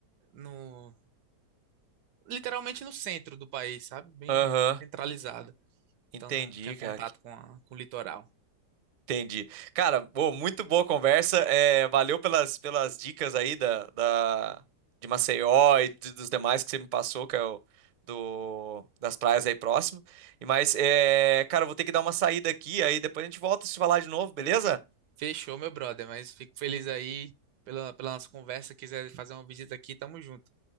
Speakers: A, on the right (about 80°); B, on the right (about 45°).
A: no, literalmente no centro do país, sabe? Bem
B: Aham,
A: centralizada.
B: Entendi,
A: Então não tinha contato
B: cara.
A: com, a- com o litoral.
B: Entendi. Cara, bom, muito boa conversa. É, valeu pelas, pelas dicas aí da, da, de Maceió e de- dos demais que você me passou, que é o do, das praias aí próximo. E mas, é, cara, eu vou ter que dar uma saída aqui, aí depois a gente volta a se falar de novo, beleza? <laughs>
A: Fechou, meu brother, mas fico feliz aí pela, pela nossa conversa. Quiser fazer uma visita aqui, tamo junto.